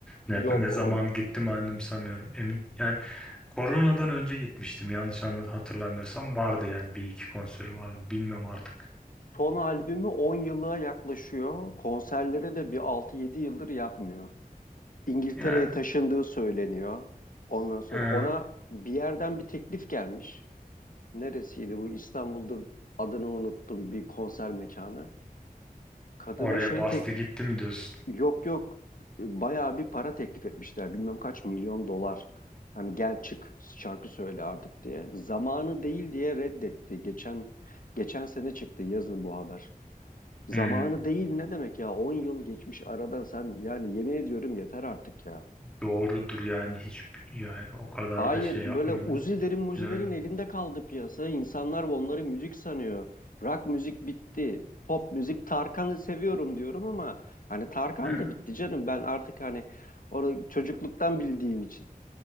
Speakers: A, in the centre; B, on the left.
A: Ne,
B: Yok
A: ne zaman
B: o
A: gittim anımsamıyorum. Emin yani koronadan önce gitmiştim yanlış anı- hatırlamıyorsam vardı yani bir iki konseri vardı. Bilmiyorum artık.
B: son albümü 10 yıla yaklaşıyor. Konserleri de bir 6-7 yıldır yapmıyor. İngiltere'ye
A: Yani
B: taşındığı söyleniyor. Ondan sonra
A: ha,
B: ona bir yerden bir teklif gelmiş. neresiydi bu? İstanbul'da adını unuttum bir konser mekanı. Kadına
A: oraya
B: şey
A: bastı
B: tek
A: gitti mi diyorsun?
B: yok yok e, bayağı bir para teklif etmişler. Bilmem kaç milyon dolar. Hani gel çık şarkı söyle artık diye. Zamanı değil diye reddetti. Geçen geçen sene çıktı yazın bu haber. Zamanı
A: Hmm.
B: değil ne demek ya? on yıl geçmiş aradan sen yani yemin ediyorum yeter artık ya.
A: Doğrudur yani hiç yani o kadar
B: Hayır,
A: da şey
B: böyle
A: yapmıyorum.
B: Uzi'lerin Muzi'lerin
A: Bilen-
B: elinde kaldı piyasa. İnsanlar onları müzik sanıyor. Rock müzik bitti. Pop müzik Tarkan'ı seviyorum diyorum ama hani Tarkan
A: Ha,
B: da bitti canım. Ben artık hani onu çocukluktan bildiğim için.